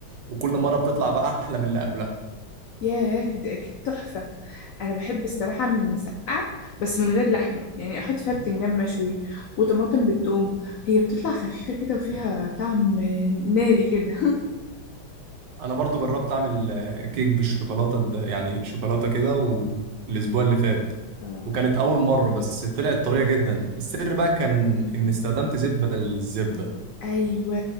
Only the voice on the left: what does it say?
ياه دي اكيد تحفة انا بحب الصراحة اعمل مسقعة بس من غير لحمة يعني احط فيها بتنجان مشوي وطماطم بالثوم هي بتطلع خفيفة كده وفيها طعم ناري كده <laughs>
اه
ايوه